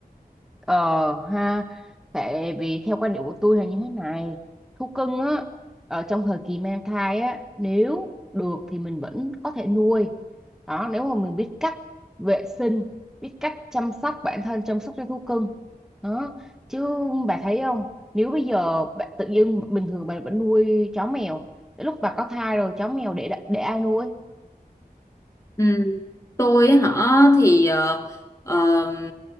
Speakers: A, in the centre; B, on the left.
A: Ờ ha, tại vì theo quan điểm của tôi là như thế này, thú cưng á, ở trong thời kỳ mang thai á, nếu được thì mình vẫn có thể nuôi. Đó, nếu mà mình biết cách vệ sinh, biết cách chăm sóc bản thân, chăm sóc cho thú cưng. Đó, chứ bà thấy không, nếu bây giờ bạn tự dưng bình thường bà vẫn nuôi chó mèo, đến lúc bà có thai rồi chó mèo để để ai nuôi?
B: Ừ, tôi ấy hả thì ờ, ờ,